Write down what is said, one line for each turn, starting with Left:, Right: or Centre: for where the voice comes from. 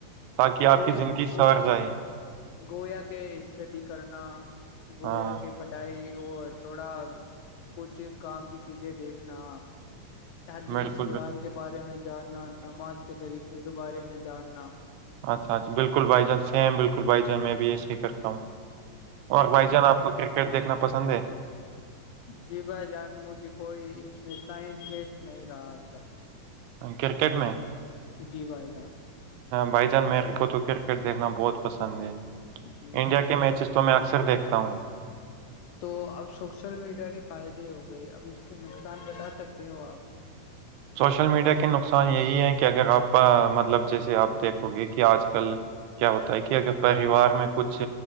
Right: تاکہ آپ
Left: گویا
Right: کی زندگی
Left: گو
Right: سار جائے
Left: گویا کے اسٹڈی کرنا گویا
Right: ہاں
Left: کے پٹائی اور تھوڑا کچھ کام کی چیزیں دیکھنا حدیث
Right: بالکل
Left: قرآن
Right: بال
Left: کے بارے میں جاننا نماز کے طریقے کے بارے میں جاننا
Right: اچھا اچھا بالکل بھائی جان سم بالکل بھائی جان میں بھی یہے ہی کرتا ہوں اور بھائی جان آپ کو کرکٹ دیکھنا پسند ہے
Left: جی بھائی جان مجھے کوئی اس میں اتنا انٹرسٹ نہیں رہا تھاب
Right: کرکٹ میں
Left: جی بائی گان
Right: بھائی جان میرے کو تو کرکٹ دیکھنا بہت پسند ہے
Left: جی
Right: انڈیا کے میچز تو میں اکثر دیکھتا ہوں
Left: تو اب سوشل میڈیا کے فائدے ہو گئے اب اس کے نقصان بتا سکتے ہو آپ
Right: سوشل میڈیا کے نقصان یہی ہے کہ اگر آپ مطلب جیسے آپ دیکھو گے کہ آج کل کیا ہوتا ہے کہ اگر پریوار میں کچھ